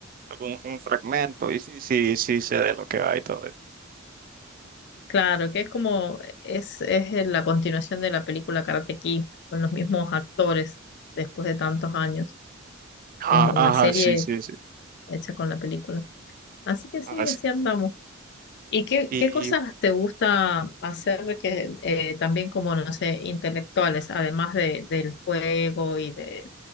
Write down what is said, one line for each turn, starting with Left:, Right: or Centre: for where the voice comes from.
Right: algunos como fragmentos y sí, sí, sí sé de lo que va y todo eso.
Left: Claro, que es como, es, es la continuación de la película Karate Kid, con los mismos actores después de tantos años.
Right: Ah,
Left: Es una
Right: ajá,
Left: serie
Right: sí, sí, sí.
Left: hecha con la película. Así que sí,
Right: Ah, sí.
Left: así andamos.
Right: sí.
Left: ¿Y qué,
Right: Y
Left: qué cosas te gusta hacer que eh, también como, no sé, intelectuales, además de, del juego y de,